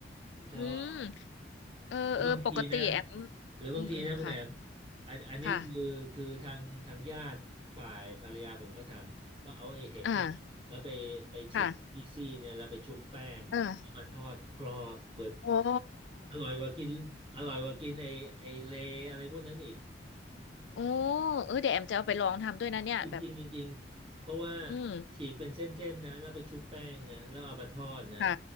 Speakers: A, on the right; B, on the left.
A: ผมชอบ
B: อืมเออเออปกติแอม
A: หรือบางทีนะหรือบางทีนะคุณแหนม
B: อืมอืมค่ะ
A: อันอันนี้คือคือทางทางญาติฝ่ายภรรยาผมก็ทำก็เอาไอ้เห็ดเนี่ยแล้วไปไปฉีกที่ซี่เนี่ยแล้วไปชุบแป้ง
B: ค่ะอ่าค่ะเออ
A: มาทอดกรอบเบิด
B: โอ้
A: อร่อยกว่ากินอร่อยกว่ากินไอ้ไอ้เลอะไรพวกนั้นอีก
B: โอ้เออเดี๋ยวแอมจะเอาไปลองทำด้วยนะเนี่ยแบบ
A: จริงๆจริงๆเพราะว่า
B: อืม
A: ฉีกเป็นเส้นๆนะแล้วไปชุบแป้งนะแล้วเอามาทอดนะ
B: ค่ะ